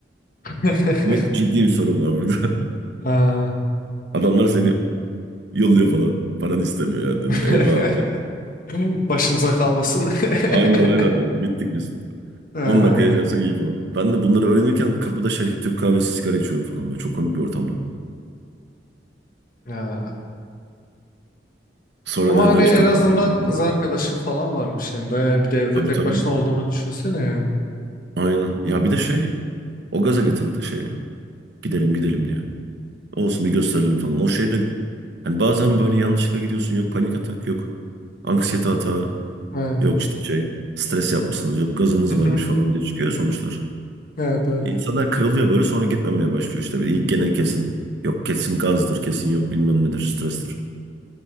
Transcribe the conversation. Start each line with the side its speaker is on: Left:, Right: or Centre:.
Left: <laughs>
Right: Demek ki ciddi bir sorun var burada.
Left: Ha.
Right: <laughs> Adamlar seni yolluyor falan. Paranı istemiyor ya dedim.
Left: <laughs>
Right: Eyvah. Ya.
Left: Başımıza kalmasın.
Right: Aynen
Left: <laughs>
Right: aynen dedim. Bittik biz.
Left: Ha,
Right: 10 dakika yaşarsak iyi falan. Ben de bunları öğrenirken kapıda şey Türk kahvesi sigara içiyorum falan. Böyle çok komik bir ortamda.
Left: ha.
Right: Sonra
Left: Ama
Right: dediler
Left: hani en
Right: işte
Left: azından
Right: hadi gidelim
Left: kız
Right: falan.
Left: arkadaşın falan varmış yanında. Bir de evde
Right: Tabii
Left: tek
Right: tabii.
Left: başına olduğunu düşünsene yani.
Right: Aynen. Ya bir de şey o gaza getirdi şeyi. Gidelim gidelim diye. Olsun bir gösterelim falan. O şey de hani bazen böyle yanlışlıkla gidiyorsun. Yok panik atak yok. Anksiyete atağı
Left: Evet.
Right: yok işte şey stres yapmışsınız yok gazınız
Left: Mhm.
Right: varmış falan diye çıkıyor sonuçlar.
Left: Evet evet.
Right: İnsanlar kırılıyor böyle sonra gitmemeye başlıyor işte. Bir- Gene kesin yok kesin gazdır kesin yok bilmem nedir strestir.